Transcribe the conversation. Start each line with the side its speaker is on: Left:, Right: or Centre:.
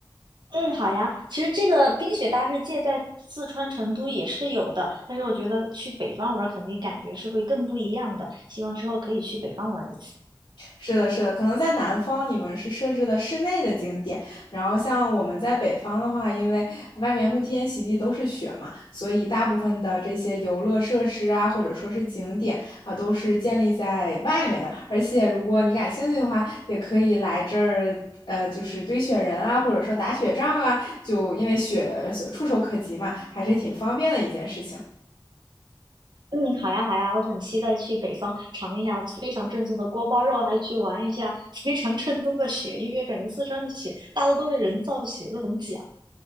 Right: 嗯，好呀，其实这个冰雪大世界在四川成都也是有的，但是我觉得去北方玩儿肯定感觉是会更不一样的，希望之后可以去北方玩儿一次。
Left: 是的，是的，可能在南方你们是设置的室内的景点，然后像我们在北方的话，因为外面沐天席地都是雪嘛，所以大部分的这些游乐设施啊，或者说是景点啊，都是建立在外面的。而且如果你感兴趣的话，也可以来这儿。呃，就是堆雪人啊，或者说打雪仗啊，就因为雪呃触手可及嘛，还是挺方便的一件事情。
Right: 嗯，好呀，好呀，我很期待去北方尝一下非常正宗的锅包肉，还去玩一下 <laughs> 非常正宗的雪，因为感觉四川的雪大多都是人造雪，都很假。